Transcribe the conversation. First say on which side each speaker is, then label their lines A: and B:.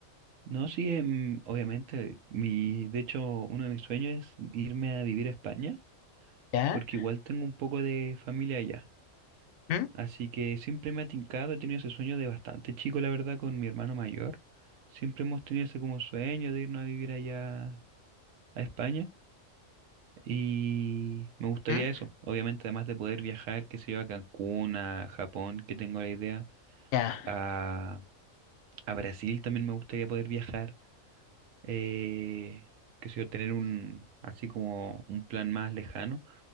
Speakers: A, on the right (about 75°); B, on the left (about 85°).
A: no, sí, em, obviamente, mi, de hecho, uno de mis sueños es irme a vivir a España,
B: ¿Ya?
A: porque igual tengo un poco de familia allá.
B: ¿Mm?
A: Así que siempre me ha tincado, he tenido ese sueño de bastante chico, la verdad, con mi hermano mayor. Siempre hemos tenido ese como sueño de irnos a vivir allá a España. Y me gustaría
B: ¿Mm?
A: eso, obviamente, además de poder viajar, que sé yo, a Cancún, a Japón, que tengo la idea,
B: Ya,
A: a, a Brasil también me gustaría poder viajar, eh, qué sé yo, tener un, así como un plan más lejano,